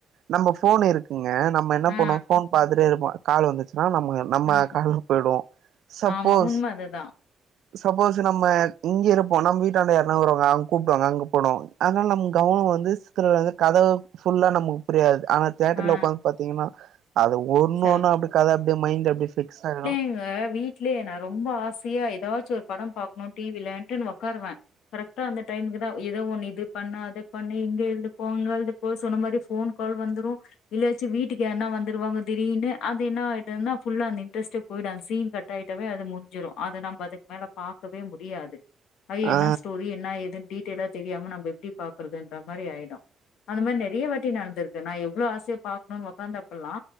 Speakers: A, on the right (about 70°); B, on the left (about 80°).
A: நம்ம போன் இருக்குங்க நம்ம என்ன
B: ஆ
A: பண்ணுவோ போன் பாத்துட்டே இருப்போ கால் வந்துச்சுன்னா நம்ம நம்ம
B: ஆ
A: கலம்பிட்டு போய்டவோ சப்போஸ்
B: ஆமா உண்ம அதுதா
A: சப்போஸ் நம்ம இங்க இருப்போ நம்ம வீட்டாண்ட யாரன வருவாங்க அங்க கூப்பிட்டுவாங்க அங்க போயிடுவோ அதனால நம்ம கவனம் வந்து சித்திர வந்து கதை ஃபுல்லா நமக்கு புரியாது ஆனா தேட்டர்ல
B: ஆ
A: உட்காந்து பாத்தீங்கன்னா அது ஒன்னு
B: ச
A: ஒன்னு அப்படி கதை அப்படியே மைண்ட் அப்படி பிக்ஸ் ஆகிடு
B: ங்க வீட்டு இ்துலயே நா ரொம்ப ஆசையா ஏதாச்சு ஒரு படம் பாக்கணு டி வி லன்ட்டு நா உக்க்காருவே கரெக்டா அந்த டைமுக்கு தா ஏதோ ஒண்ணு இது பண்ணு அத பண்ணு இங்கெழுந்துப்போ அங்க எழுந் சொன்ன மாரி போன் கால் வந்துரு இல்லையாச்சு வீட்டுக்கு யாருனா வந்துருவாங்க திரின்னு அது என்ன ஆயிடுனா ஃபுல்லா அந்த இன்ட்ரெஸ்ட்டே போய்ட அந்த சீன் கட்டாகிட்டாவே அது முஞ்சுரு அது நம்ம அதுக்கு மேல பாக்கவே முடியாது அது என்ன
A: ஆ
B: ஸ்டோரி என்ன ஏதுன்ன டீடெயலா தெரியாம நம்ம எப்படி பாக்குறதுன்ற மாதிரி ஆயிடு அந்த மாரி நெறையா வாட்டி நடந்திருக்கு நா எவ்வளோ ஆசையா பாக்கனுனு உக்காந்தப்போல்லா